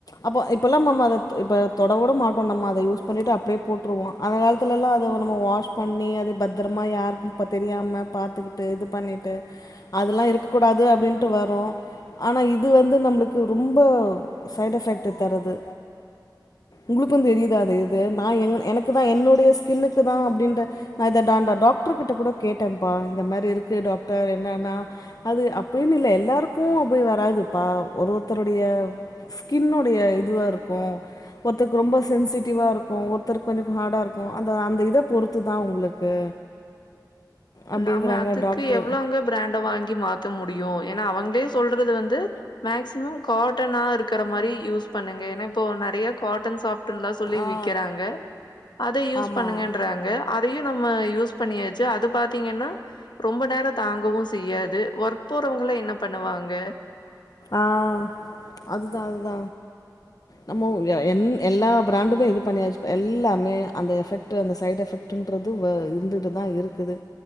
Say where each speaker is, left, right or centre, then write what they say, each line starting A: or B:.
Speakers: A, on the left; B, on the left.
A: அப்போ இப்பேல்லா அத இப்ப தொட கூட மாட்டோ நம்ம அத யூஸ் பண்ணிட்டு அப்படியே போட்டுருவோ அந்த காலத்துல எல்லா அத நம்ம வாஷ் பண்ணி அது பத்திரமா யாருக்கு இப்ப தெரியாம பாத்துக்கிட்டு இது பண்ணிட்டு அதெல்லா இருக்க கூடாது அப்படின்ட்டு வரு ஆனா இது வந்து நம்மளுக்கு ரொம்ப சைடு் எஃபெக்ட்டு தருது உங்களுக்கு தெரியுதா அது இது நா எனக்கு தா என்னுடைய ஸ்கின்னுக்கு தா அப்படின்ற நா இத டாண் டாக்டரு கிட்ட கூட கேட்டன்ப்பா இந்த மாரி இருக்கு டாக்டர் என்னன்னா அது அப்படின்னு இல்ல எல்லாருக்கு போய் வராதுப்பா ஒருத்தருடைய ஸ்கினுடைய இதுவா இருக்கு ஒருத்தக்கு ரொம்ப சென்சிடிவா இருக்கு ஒருத்த கொஞ்ச ஹார்டா இருக்கு இத பொருத்து தா அவுங்களுக்கு அப்டிங்கிறாங்க
B: நாம அதுக்கு
A: டாக்டர்
B: எவ்வளோங்க பிராண்ட வாங்கி மாத்த முடியும்? ஏன்னா, அவங்களே சொல்றது வந்து மேக்சிமம் காட்டனா இருக் ங்ற மாரி யூஸ் பண்ணுங்க ஏன்னா இப்போ நிறைய காட்டன் சாப் சொல்லி
A: ஆ
B: விக்கிறாங்க அத யூஸ்
A: ஆமாம்
B: பண்ணுங்கன்றாங்க அதையு நம்ம யூஸ் பண்ணியாச்சு அது பாத்தீங்கன்னா ரொம்ப நேர தாங்கவு செய்யாது வெர்க் போறவங்களா என்ன பண்ணுவாங்க
A: ஆஹ் அத் அது த நம்மே எ எல்லா பிராண்டுமே இது பண்ணியாச்சு எல்லாமே அந்த எஃபெக்ட் அந்த சைடு் எஃபெக்ட்ன்றது இருந்துட்டுதா இருக்குது